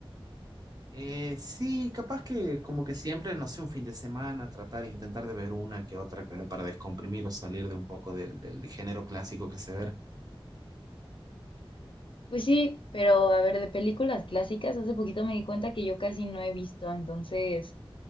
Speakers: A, on the right; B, on the left.
A: Eh, sí, capaz que como que siempre, no sé, un fin de semana, tratar, intentar de ver una que otra que- para descomprimir o salir de un poco del, del género clásico que se ve.
B: Pues sí, pero a ver, de películas clásicas, hace poquito me di cuenta que yo casi no he visto, entonces